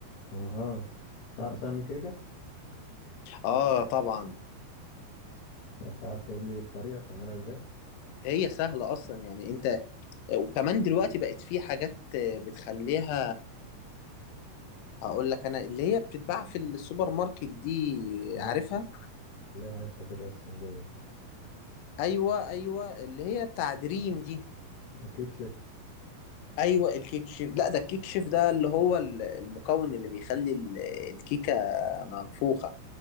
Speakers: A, on the left; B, on the left.
A: أها تعرف تعمل كيكة؟
B: اه طبعا
A: طب تعرف تقول لي الطريقة تعملها إزاي؟
B: هي سهله اصلا يعني انت وكمان دلوقتي بقت في حاجات بتخليها هقول لك انا اللي هي بتتباع في السوبر ماركت دي
A: خليها
B: عارفها
A: خليها هشة كده اسفنجية
B: ايوه ايوه اللي هي بتاع دريم دي
A: كيك شيف
B: ايوه الكيك شيف لا ده الكيك شيف ده اللي هو ال- المكون اللي بيخلي ال- الكيكه منفوخه